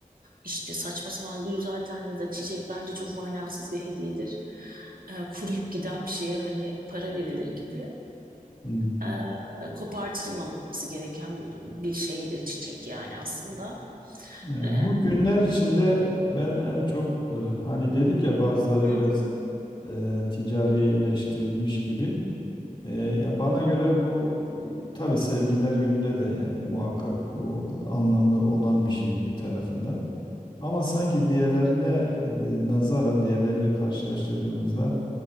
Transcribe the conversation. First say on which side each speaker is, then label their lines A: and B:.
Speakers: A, on the right; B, on the left.
A: işte saçma sapan gül zaten ya da çiçek bence çok manasız bir hediyedir. Ee, kuruyup giden bir şeye hani para verilir gibi
B: Hmm.
A: e, kopartılmaması gereken bir şeydir çiçek yani aslında.
B: Yani
A: E,
B: bu günler içinde ben en çok e, hani dedik ya bazıları
A: Hı
B: biraz
A: hı.
B: e, ticarileştirilmiş gibi. Ee, ya bana göre bu e, tabii sevgililer gününde de yani muhakkak o anlamı olan bir şey bir tarafında. Ama sanki diğerlerine e, nazaran diğerleriyle karşılaştırdığımızda